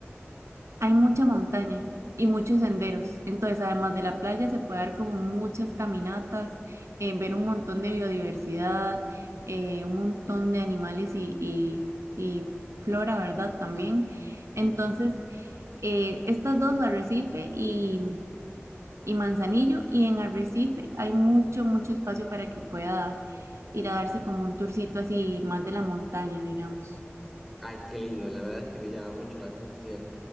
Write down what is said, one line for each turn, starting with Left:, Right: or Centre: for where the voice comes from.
Right: Hay mucha montaña y muchos senderos. Entonces, además de la playa, se puede dar como muchas caminatas, eh, ver un montón de biodiversidad, eh, un montón de animales y, y- y flora, ¿verdad? También.
Centre: Ujú.
Right: Entonces, eh, estas dos, Arrecife y, y Manzanillo, y en Arrecife hay mucho, mucho espacio para que pueda ir a darse como un tourcito así más de la montaña, digamos.
Centre: Ay, qué lindo, la verdad es que me llama mucho la atención.